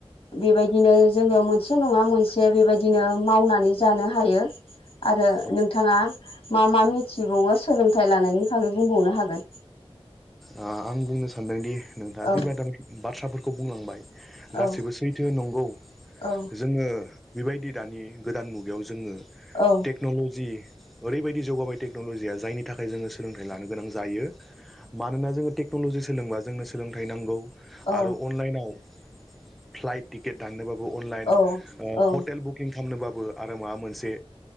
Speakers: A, on the left; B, in the centre.
A: बेबायदिनो जोंङो मो मोनसे नङा मोनसे बेबायदिनो मावनानै जानो हायो आरो
B: औ
A: नोंथाङा मा मा मिथिबावो सोलोंथायाइ लानायनि बागै बुंबावनो हागोन
B: आं बुंनो सानदोंदि नोंथाङा
A: औ
B: जेब दा बाथ्राफोरखौ बुंलांबाय गासिबो
A: औ
B: सैथो नंगौ
A: औ
B: जोंङो बेबायदि दानि गोदान मुगायाव जोङो
A: औ
B: टेक्न'ल'जि ओरैबायदि जौगाबाय टेक्न'ल'जिया जायनि थाखाय जोङो सोलोंथाइ लानो गोनां जायो मानोना जोङो टेक्न'लजि सोलोंबा जोंनो सोलोंथाइ नांगौ
A: औ
B: आरो अनलाइनाव फ्लाइट टिकेट दाननोबाबो अनलाइन
A: औ
B: ओ
A: औ
B: हटेल बुकिं खालामनोबाबो आरो माबा मोनसे